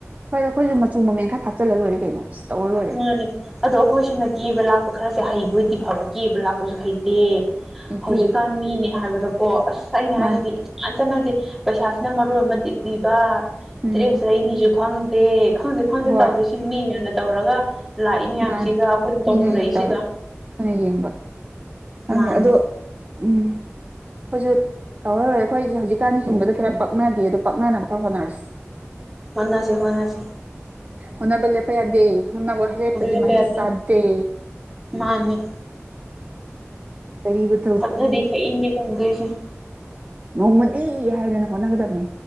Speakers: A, on the right; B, in the centre.
A: ꯍꯣꯏ ꯑꯩꯈꯣꯏꯁꯨ ꯃꯆꯨ ꯃꯃꯦꯟ ꯈꯔ ꯊꯥꯛꯆꯜꯂ ꯂꯣꯏꯔꯦ ꯀꯩꯅꯣ ꯇꯧꯔ ꯂꯣꯏꯔꯦ
B: ꯃꯥꯅꯦ ꯑꯗꯣ ꯑꯩꯈꯣꯏꯁꯤꯅ ꯀꯦꯕ ꯂꯥꯛꯄ ꯈꯔꯁꯨ ꯍꯩꯕ ꯑꯣꯏꯗꯤ ꯐꯕ ꯀꯦꯕ ꯂꯥꯛꯄꯁꯨ ꯍꯩꯇꯦ
A: ꯑꯩꯠꯇꯤ
B: ꯍꯧꯖꯤꯛꯀꯥꯟ ꯃꯤꯅꯦ ꯍꯥꯏꯕꯗꯀꯣ ꯑꯁ ꯑꯩꯅ
A: ꯃꯥꯅꯦ
B: ꯍꯥꯏꯁꯤꯗꯤ <unintelligible> ꯆꯥꯅꯗꯦ ꯄꯩꯁꯥꯁꯤꯅ ꯃꯔꯣꯜ ꯑꯃ ꯇꯤꯡꯏꯕ
A: ꯎꯝ
B: ꯗ꯭ꯔꯦꯁ ꯂꯩꯅꯦꯁꯨ ꯈꯪꯗꯦ ꯈꯪꯗꯦ ꯈꯪꯗꯦ
A: ꯍꯣꯏ
B: ꯇꯧꯔꯤ ꯁꯤ ꯃꯤ ꯃꯌꯥꯝꯅ ꯇꯧꯔꯒ ꯂꯥꯛꯏ ꯃꯌꯥꯝꯁꯤꯒ
A: ꯃꯥꯅꯦ
B: ꯑꯩꯈꯣꯏꯅ ꯇꯧꯊꯣꯔꯛꯏꯁꯤꯒ
A: ꯃꯤꯉꯩ ꯇꯧꯔ ꯑꯩꯈꯣꯏꯅ ꯌꯦꯡꯕ ꯈꯪꯗꯦ
B: ꯃꯥꯅꯦ
A: ꯑꯗꯣ ꯎꯝ ꯑꯩꯈꯣꯏꯁꯨ ꯇꯧꯔꯔꯣꯏ ꯑꯩꯈꯣꯏꯁꯦ ꯍꯧꯖꯤꯛꯀꯥꯟꯅ ꯍꯤꯡꯕꯗ ꯈꯔ ꯄꯛꯅꯗꯦ ꯑꯗꯣ ꯄꯛꯅꯕ ꯈꯔ ꯍꯣꯠꯅꯔꯁꯤ
B: ꯍꯣꯠꯅꯁꯤ ꯍꯣꯠꯅꯁꯤ
A: ꯍꯣꯠꯅꯕ ꯂꯦꯞꯄ ꯌꯥꯗꯦ ꯍꯣꯠꯅꯕ ꯂꯦꯞꯇ꯭ꯔꯗꯤ
B: ꯂꯦꯞꯄ
A: ꯃꯍꯩ
B: ꯌꯥꯗꯦ
A: ꯆꯥꯗꯦ
B: ꯃꯥꯅꯤ
A: <unintelligible>
B: <unintelligible> ꯐꯪꯗꯣꯏꯁꯦ
A: ꯅꯣꯡꯃꯗꯤ ꯍꯥꯏꯗꯅ ꯍꯣꯠꯅꯒꯗꯕꯅꯤ